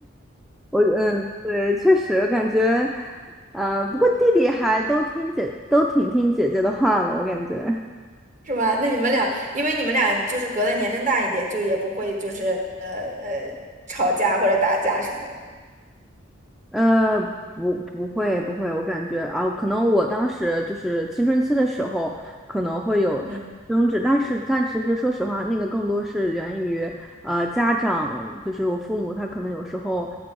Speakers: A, in the centre; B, on the right.
A: 我嗯，对，确实感觉，呃，不过弟弟还都听姐，都挺听姐姐的话的，我感觉。
B: <laughs> 是吧？那你们俩，因为你们俩就是隔的年龄大一点，就也不会就是呃呃吵架或者打架什么的。
A: 呃，不，不会，不会，我感觉啊，可能我当时就是青春期的时候，可能会有争执，
B: 嗯，
A: 但是但其实说实话，那个更多是源于呃家长，就是我父母，他可能有时候